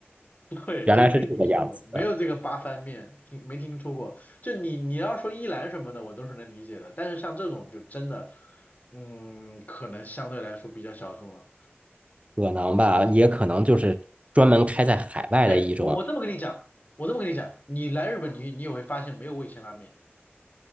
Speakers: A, on the left (about 40°); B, on the right (about 30°).
A: 对，
B: 原来是这个样子的，
A: 真没听说过，没有这个八番面，听没听说过。就你你要说一兰什么的，我都是能理解的，但是像这种就真的，嗯，可能相对来说比较小众了。
B: 可能吧，也可能就是专门开在海外的一种。
A: 对，我我这么跟你讲，我这么跟你讲，你来日本你你也会发现没有味千拉面。